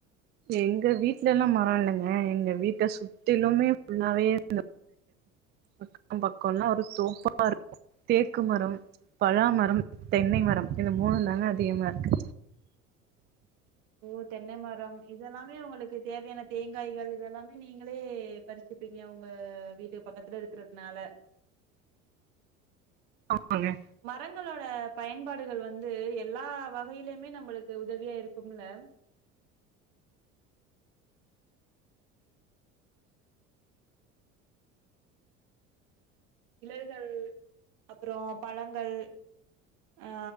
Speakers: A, on the right; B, on the right.
A: எங்க வீட்லல்லா மர இல்லங்க எங்க வீட்ட சுத்திலுமே ஃபுல்லாவே இருந்த பக்க பக்கம்னா ஒரு தோப்பாருக்கு தேக்கு மரம் பழாமரம் தென்னை மரம் இந்த மூணு தாங்க அதிகமா இருக்கு
B: ஓ தென்னை மரம் இதெல்லாமே உங்களுக்கு தேவையான தேங்காய்கள் இதெல்லாம் நீங்களே பறிச்சுப்பீங்க உங்க வீட்டு பக்கத்துல இருக்கிறதுனால <inaudible>
A: ஆமாங்க
B: மரங்களோட பயன்பாடுகள் வந்து எல்லா வகையிலயுமே நம்மளுக்கு உதவியா இருக்கும்ல <inaudible> நிழல்கள் அப்றோ பழங்கள் அ